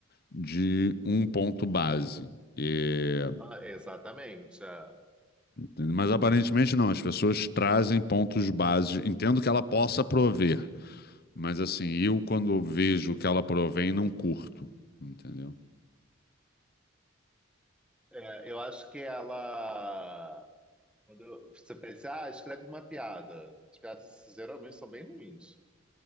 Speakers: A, on the left; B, in the centre.
A: de um ponto base. É,
B: Ah, exatamente. é.
A: mas aparentemente não, as pessoas trazem pontos base, entendo que ela possa prover. Mas assim, eu quando vejo que ela provém, não curto, entendeu?
B: É, eu acho que ela. Quando você pensa, ah, escreve uma piada. As piadas geralmente são bem ruins.